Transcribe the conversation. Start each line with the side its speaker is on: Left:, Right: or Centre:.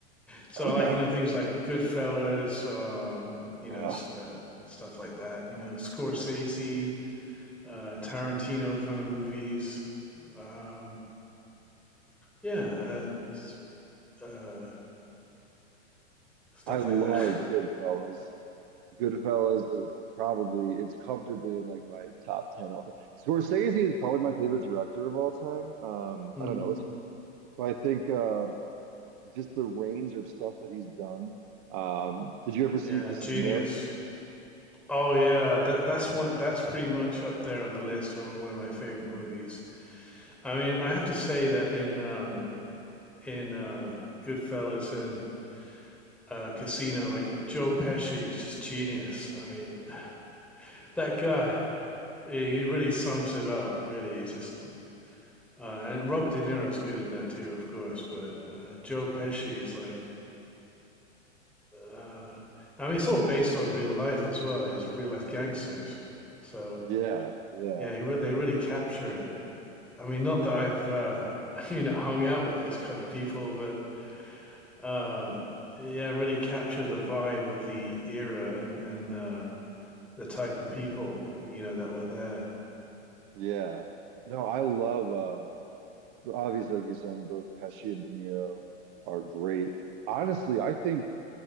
Centre: So
Right: Okay.
Centre: I like you know things like Goodfellas, um, you
Right: Ugh.
Centre: know s- uh, stuff like that. You know Scorsese. uh, Tarantino kind of movies. Um, yeah, uh, uh, stuff
Right: I love
Centre: like that. <laughs>
Right: Goodfellas. Goodfellas is probably it's comfortably in like my top ten all time. Scorsese is probably my favorite director of all time. Um,
Centre: Mm,
Right: I don't know. It's I think uh, just the range of stuff that he's done. Um, did you ever
Centre: yeah,
Right: see Casino?
Centre: genius. Oh yeah, that that's one. That's pretty much up there on the list. One, one of my favorite movies. I mean, I have to say that in um, in uh, Goodfellas and uh, Casino, like Joe Pesci is just genius. I mean, <laughs> that
Right: I don't
Centre: guy.
Right: know.
Centre: He he really sums it up. Really, he's just Uh, and Robert De Niro's good in that too, of course. But uh, Joe Pesci is like, uh, I mean, it's all based on real life as well. He's real life gangsters, so
Right: Yeah, yeah,
Centre: yeah, he re- they really capture it. I mean, not that I've uh, <laughs> you know hung out with those kind of people, but um, yeah, really capture the vibe of the era and and uh, the type of people you know that were there.
Right: yeah. No, I love uh, obviously like you're saying, both Pesci and De Niro are great. Honestly, I think.